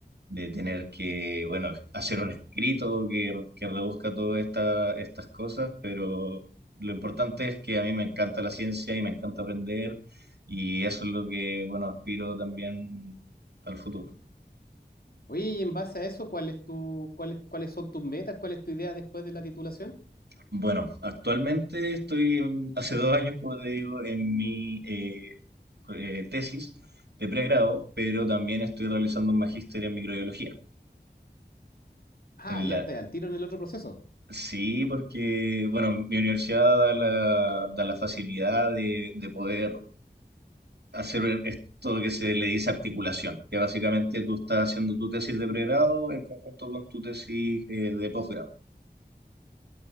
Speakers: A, on the right; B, on the left.
A: de tener que, bueno, hacer un escrito que, que reduzca todas esta- estas cosas, pero lo importante es que a mí me encanta la ciencia y me encanta aprender y eso es lo que, bueno, aspiro también al futuro.
B: Oye, y en base a eso, ¿cuál es tu, cuáles, cuáles son tus metas? ¿Cuál es tu idea después de la titulación?
A: Bueno, actualmente estoy en- hace dos años, como te digo, en mi eh, eh, tesis de pregrado, pero también estoy realizando un magíster en microbiología.
B: Ah,
A: En
B: ya
A: la...
B: está, al tiro en el otro proceso.
A: Sí, porque, bueno, mi universidad da la, da la facilidad de, de poder hacer esto que se le dice articulación, que básicamente tú estás haciendo tu tesis de pregrado en conjunto con tu tesis eh, de posgrado.